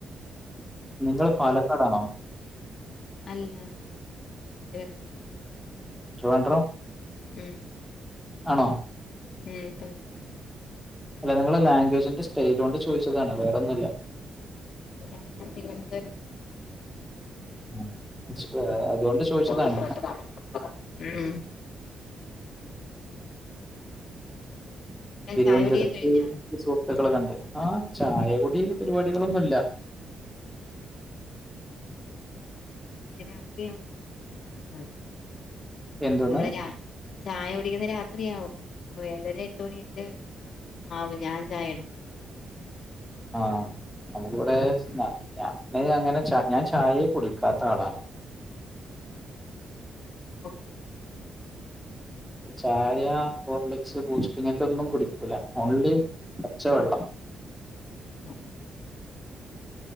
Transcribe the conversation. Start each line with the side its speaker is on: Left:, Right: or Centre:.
Centre: നിങ്ങൾ പാലക്കാടാണോ
Left: <unintelligible> അല്ല തിരുവനന്തപുരം.
Centre: ട്രിവാൻഡ്രം.
Left: ഉം <inaudible>
Centre: ആണോ
Left: ഉം തന്നെ
Centre: അല്ല നിങ്ങള ലാംഗ്വേജിന്റെ സ്റ്റൈല കൊണ്ട് ചോദിച്ചതാണ് വേറെൊന്നുമല്ല.
Left: ആ ഞാ തിരുവനന്തപുര തന്നെ <unintelligible>
Centre: <unintelligible> അതുകൊണ്ട്. ചോദിച്ചതാണ്
Left: തൊണ്ട ശ്രേഷതാണ് ഉം പിന്നെ
Centre: തിരുവനന്തപുരത്ത്
Left: ചായ കുടിയൊക്കെ കഴിഞ്ഞോ
Centre: സുഹൃത്തുക്കള കണ്ട് ആ ചായകുടി പരിപാടികളൊന്നുല്ല.
Left: പിന്നെ രാത്രിയാവും കായ പിടിക്കുന്ന
Centre: എന്തോന്ന്
Left: നമ്മളെ രാ. ചായ കുടിക്കുന്ന രാത്രിയാവും ഏയര എട്ട് മണിയൊക്കെ ആവും ഞാൻ ചായ ഇടുമ്പം
Centre: ആഹ് നമ്മുക്കിവിടെ ഞാന് അങ്ങനെ ഞാൻ ചായെ കുടിക്കാത്ത ആളാണ്.
Left: ഉ. ഓഫി
Centre: ചായ ഹോർലിക്സ് ബൂസ്റ്റ് ഇങ്ങനത്തെ ഒന്നും കുടിക്കൂല ഓൺലി പച്ചവെള്ളം.
Left: <unintelligible>